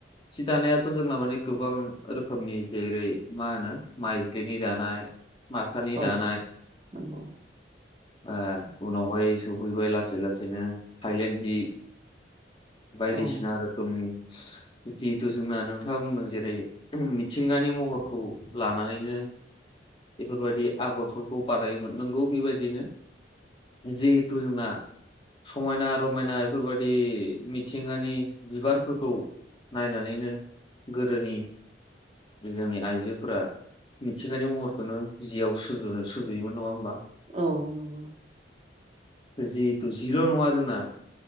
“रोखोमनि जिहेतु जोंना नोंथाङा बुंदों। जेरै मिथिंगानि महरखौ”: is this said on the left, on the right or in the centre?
Left